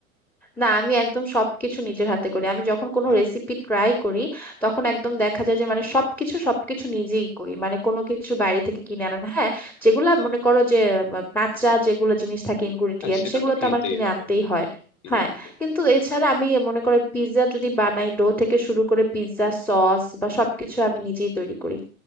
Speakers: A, in the centre; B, on the left.
A: না আমি একদম সবকিছু নিজের হাতে করি আমি যখন কোনো
B: বাহ
A: রেসিপি ট্রাই করি তখন একদম দেখা যায় যে মানে সবকিছু সবকিছু নিজেই করি মানে কোনো কিছু বাইরে থেকে কিনে আনা না হ্যাঁ যেগুলো মনে করো যে আহ, কাঁচা
B: হুম।
A: যেগুলো জিনিস থাকে ইনগ্রিডিয়েন্ট
B: হ্যাঁ সেটা
A: সেগুলো
B: তো কিনতেই
A: তো আমার কিনে
B: হবে
A: আনতেই হয়
B: কিনে
A: হ্যাঁ
B: আনতে
A: কিন্তু এছাড়া আমি মনে করো পিৎজা যদি বানাই ডো থেকে শুরু করে পিৎজা সস বা সবকিছু
B: হুম।
A: আমি নিজেই তৈরি করি